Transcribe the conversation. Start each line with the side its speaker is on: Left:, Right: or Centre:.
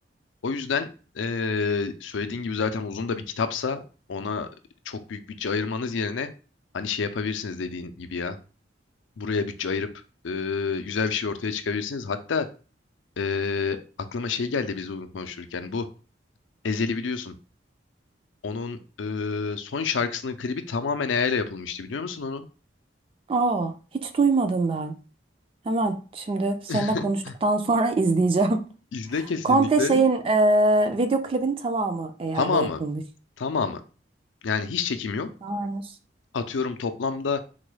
Left: O yüzden eee söylediğin gibi zaten uzun da bir kitapsa ona çok büyük bütçe ayırmanız yerine hani şey yapabilirsiniz dediğin gibi ya. Buraya bütçe ayırıp eee, güzel bir şey ortaya çıkabilirsiniz. Hatta ee, aklıma şey geldi biz bunu konuşurken. Bu Ezhel'i biliyorsun. Onun ee, son şarkısının klibi tamamen AI ile yapılmıştı. Biliyor musun onu?
Right: Aa hiç duymadım ben. Hemen şimdi seninle
Left: <laughs>
Right: konuştuktan sonra <laughs> izleyeceğim.
Left: İzle kesinlikle.
Right: Komple şeyin e, video klibin tamamı AI ile
Left: Tamamı.
Right: yapılmış.
Left: Tamamı. Yani hiç çekim yok.
Right: Aynen.
Left: Atıyorum toplamda